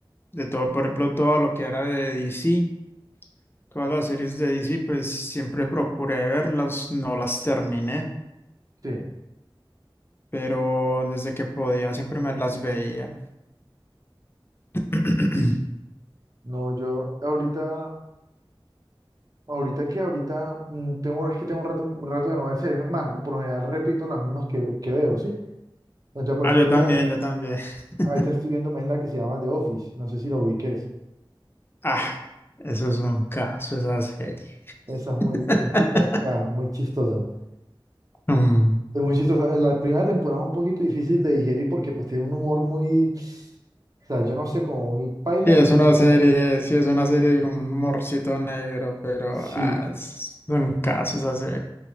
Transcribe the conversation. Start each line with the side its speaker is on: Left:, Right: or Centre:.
Left: de todo, por ejemplo, todo lo que era de DC, todas las series de DC, pues siempre procuré verlas, no las terminé,
Right: Sí.
Left: pero desde que podía siempre me las veía. <clears throat>
Right: No, yo ahorita, ahorita que ahorita mm, tengo, es que tengo un rato, un rato de no ver series. Es más, por lo general repito las mismas que, que veo, ¿sí? Entonces, por
Left: Ah,
Right: ejemplo,
Left: yo
Right: ahorita,
Left: también, yo también. <laughs>
Right: ahorita estoy viendo más la que se llama The Office. No sé si lo ubiques.
Left: Ah, eso es un caso, esa serie.
Right: Esa es muy,
Left: <laughs>
Right: es muy parca, muy chistosa.
Left: Mm.
Right: Es muy chistoso. Eh, La primera temporada es un poquito difícil de digerir porque pues tiene un humor muy, o sea, yo no sé, como muy paila,
Left: Sí, es una
Right: pero
Left: serie, sí es una serie con un humorcito negro, pero
Right: sí,
Left: ah, es un caso esa serie.